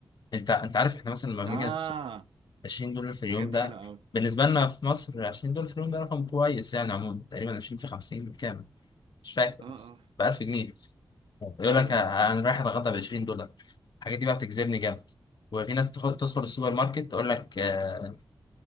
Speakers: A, on the left; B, on the right.
A: انت انت عارف احنا مثلا لما بنيجي
B: اه
A: نحسب 20 دولار في اليوم
B: الحاجات دي
A: ده
B: حلوه قوي
A: بالنسبه لنا في مصر 20 دولار في اليوم ده رقم كويس يعني عموما تقريبا 20 في 50 بكام مش فاكر
B: اه
A: بس
B: اه
A: ب 1000 جنيه يقول
B: ايوه
A: لك آه،
B: ايوه
A: انا رايح اتغدى ب 20 دولار الحاجات دي بقى بتجذبني جامد وفي ناس تخ- تدخل السوبر ماركت تقول لك آه،